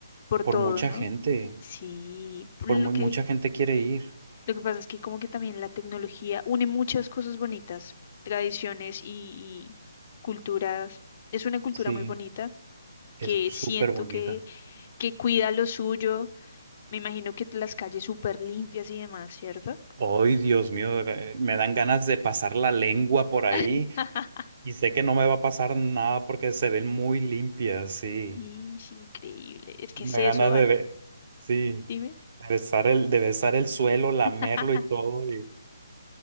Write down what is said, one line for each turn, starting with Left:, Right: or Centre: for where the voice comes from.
Left: por
Right: por
Left: todo,
Right: mucha
Left: ¿no?
Right: gente,
Left: Sí, por
Right: por
Left: lo
Right: mu-
Left: que,
Right: mucha gente quiere ir.
Left: lo que pasa es que como que también la tecnología une muchas cosas bonitas, tradiciones y, y culturas. Es una cultura
Right: Sí,
Left: muy bonita
Right: es
Left: que
Right: súper
Left: siento
Right: bonita.
Left: que, que cuida lo suyo Me imagino que las calles súper limpias y demás, ¿cierto?
Right: Ay, Dios mío, eh, me dan ganas de pasar la lengua por ahí
Left: <laughs>
Right: y sé que no me va a pasar nada porque se ven muy limpias, sí.
Left: Y es increíble. Es que
Right: Me
Left: es eso,
Right: dan ganas
Left: ah,
Right: de be- sí,
Left: Dime.
Right: de besar el, de besar el suelo, lamerlo
Left: <laughs>
Right: y todo. y-